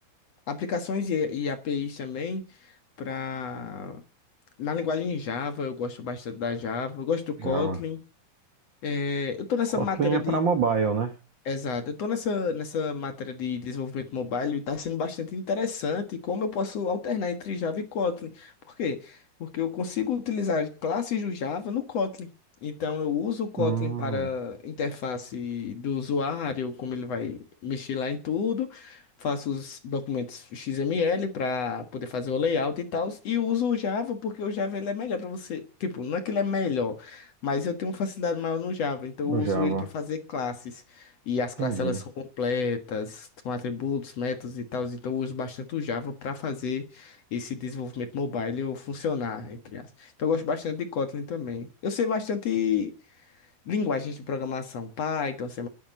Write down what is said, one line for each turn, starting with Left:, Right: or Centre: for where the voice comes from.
Left: aplicações e, e APIs também para na linguagem Java, eu gosto bastante da Java, eu gosto do Kotlin.
Right: Java.
Left: É, eu tô nessa
Right: Kotlin
Left: matéria
Right: é para
Left: de
Right: mobile, né?
Left: Exato. Eu tô nessa, nessa matéria de desenvolvimento mobile e está sendo bastante interessante como eu posso alternar entre Java e Kotlin. Por quê? Porque eu consigo utilizar classes do Java no Kotlin. Então eu uso o Kotlin
Right: Hum,
Left: para interface do usuário, como ele vai mexer lá em tudo. Faço os documentos XML para poder fazer o layout e tal. E uso o Java porque o Java ele é melhor para você. Tipo, não é que ele é melhor, mas eu tenho uma facilidade maior no Java, então
Right: no
Left: eu uso
Right: Java.
Left: ele para fazer classes. E as
Right: Entendi.
Left: classes elas são completas, com atributos, métodos e tal. Então eu uso bastante o Java para fazer esse desenvolvimento mobile eu funcionar, entre aspas. Então eu gosto bastante de Kotlin também. Eu sei bastante linguagens de programação, Python, C++,